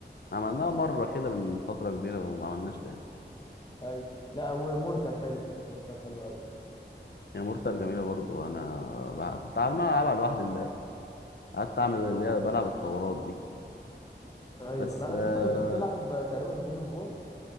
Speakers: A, on the left; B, on the left.
A: عملناها مرة كده من فترة كبيرة وما عملناش تاني
B: ايوه لا ومورتال حلو مورتال حلو قوي
A: هي مورتال جميلة برضو أنا بقى- كنت عمال ألعبها لوحدي امبارح قعدت أعمل اللي هي بلعب الثورات دي
B: ايوه
A: بس
B: لا انا
A: آه،
B: شفتك كنت بتلعب تقريبا جود اوف وور